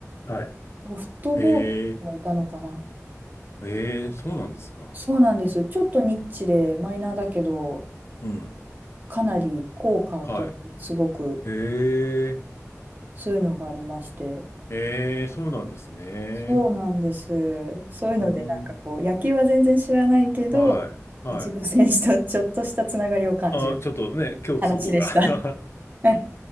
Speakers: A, on the left; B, on the right.
A: はい。
B: ソフトボールもいたのかな。
A: ええ、ええ、そうなんですか。
B: そうなんです。ちょっとニッチでマイナーだけど、
A: うん。
B: かなり効果としてすごく
A: はい。ええ、
B: そういうのがありまして。
A: ええ、そうなんですね。
B: そうなんです。そういうので、
A: うーん。
B: なんかこう、野球は全然知らないけど、
A: はい。はい。
B: 一部選手とちょっとしたつながりを感じる
A: あ、ちょっとね、共通項が
B: 話でした。
A: <laughs>
B: はい